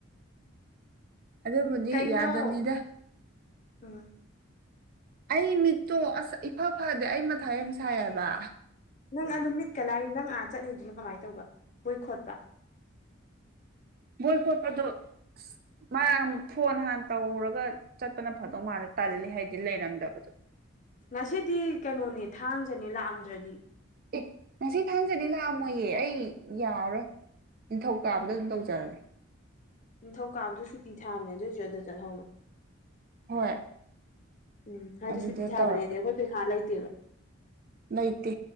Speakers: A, on the right (about 45°); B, on the left (about 35°).
A: ꯑꯗꯨꯕꯨꯗꯤ
B: ꯀꯩꯅꯣ
A: ꯌꯥꯗꯕꯅꯤꯗ
B: ꯎꯝ
A: ꯑꯩ ꯃꯤꯠꯇꯣ ꯑꯁ ꯏꯐ ꯐꯗꯦ ꯑꯩ ꯃꯊꯥ ꯌꯥꯝ ꯁꯥꯏꯌꯦꯕ
B: ꯅꯪ ꯑꯗꯨꯝ ꯃꯤꯠꯀ ꯂꯥꯏꯔꯤ ꯅꯪ ꯑ ꯆꯠꯅꯤꯡꯗꯨꯅꯣ ꯀꯃꯥꯏꯅ ꯇꯧꯕ ꯕꯣꯏ ꯈꯣꯠꯄ
A: ꯕꯣꯏ ꯈꯣꯠꯄꯗꯨꯣ ꯑꯁ ꯃꯥꯔꯝ ꯐꯣꯟ ꯍꯥꯟꯅ ꯇꯧꯔꯒ ꯆꯠꯄꯅ ꯐꯗꯧ ꯃꯥꯥꯟꯅ ꯇꯜꯂꯤ ꯍꯥꯏꯗꯤ ꯂꯩꯔꯝꯗꯕꯗꯣ
B: ꯉꯁꯤꯗꯤ ꯀꯩꯅꯣꯅꯦ ꯊꯥꯡꯖꯅꯦ ꯂꯥꯛꯑꯝꯗ꯭ꯔꯗꯤ
A: ꯑꯦ ꯉꯁꯤ ꯊꯥꯡꯖꯅꯦ ꯂꯥꯛꯑꯝꯃꯣꯏꯌꯦ ꯑꯩ ꯌꯥꯔꯔꯣꯏ ꯅꯤꯡꯊꯧꯀꯥꯕꯗ ꯑꯗꯨꯝ ꯇꯧꯖꯔꯒꯦ
B: ꯅꯤꯡꯊꯧꯀꯥꯕꯗꯨ ꯁꯨꯇꯤ ꯊꯥꯝꯅꯦ ꯑꯗꯣꯏꯖꯨ ꯑꯗꯨꯗ ꯆꯠꯍꯧꯔꯣ
A: ꯍꯣꯏ
B: ꯎꯝ ꯍꯥꯏꯗꯤ
A: ꯑꯗꯨꯗ
B: ꯁꯨꯇꯤ ꯊꯥꯕꯅꯦꯗꯤ
A: ꯇꯧꯔꯒ
B: ꯑꯩꯈꯣꯏ ꯄꯩꯈꯥ ꯂꯩꯇꯦꯕ
A: ꯅꯩꯇꯦ